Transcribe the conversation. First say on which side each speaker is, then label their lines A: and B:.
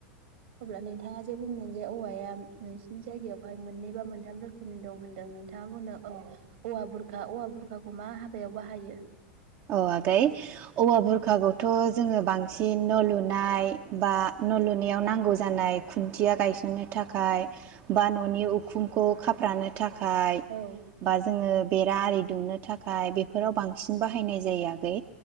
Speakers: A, on the right; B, on the right.
A: अब्ला नोंथाङा जे बुंदों जे औवाया नोंसिनि जायगायावहाय मोननै बा मोनथाम रोखोमनि दं होनदों नोंथाङा औ औआ बुरखा औआ बुरखाखौ हमा हाबायाव बाहायो
B: औ आगै औवा बुरखाखौथ' जोङो बांसिन न' लुनाय बा न'लुनायाव नांगौ जानाय खुन्थिया गायसननो थाखाय बा न'नि उखुमखौ खाफ्रानो थाखाय
A: औ
B: बा जोङो बेरा आरि दुमनो थाखाय बेफोराव बांसिन बाहाय बाहायनाय जायो आगै